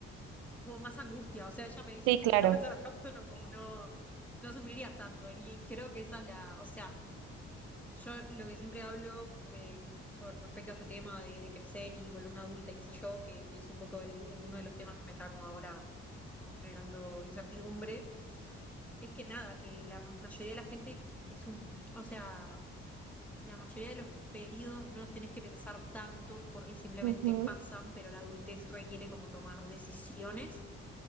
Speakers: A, in the centre; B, on the right (about 80°).
A: tuvo más angustia. O sea, ella me dice,
B: Sí,
A: tipo,
B: claro.
A: si no pensaras tanto, no, como Claro. no, no sufrirías tanto. Y creo que esa es la, o sea, yo lo que siempre hablo eh, sobre respecto a este tema de, de crecer y volverme adulta y qué sé yo, que, que es un poco el- uno de los temas que me está como ahora, como generando incertidumbre, es que nada, que la mayoría de la gente es un, o sea... La mayoría de los periodos no los tenés que pensar tanto porque simplemente
B: Ujú.
A: pasan, pero la adultez requiere como tomar decisiones